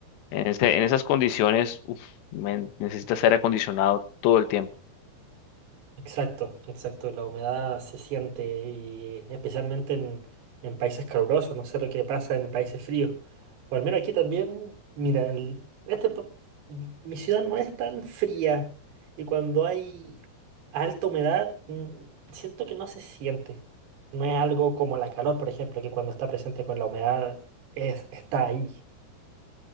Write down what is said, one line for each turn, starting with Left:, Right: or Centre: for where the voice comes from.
Left: en ese- en esas condiciones, uf, men, necesitas aire acondicionado todo el tiempo.
Right: Exacto, exacto. La humedad se siente y especialmente en, en países calurosos, no sé lo que pasa en países fríos. O al menos aquí también, mira, el- este, po- mi ciudad no es tan fría y cuando hay alta humedad mm, siento que no se siente. No es algo como la calor, por ejemplo, que cuando está presente con la humedad es, está ahí.